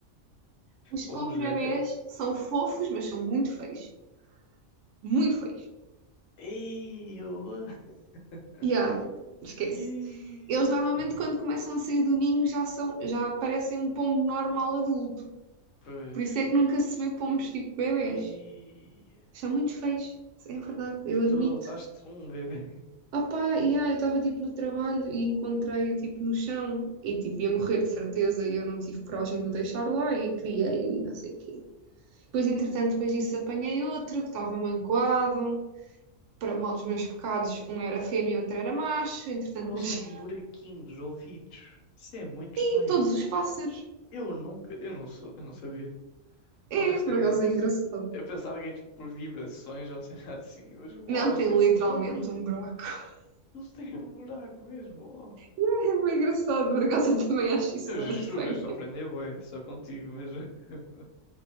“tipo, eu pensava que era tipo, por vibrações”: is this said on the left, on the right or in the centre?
Left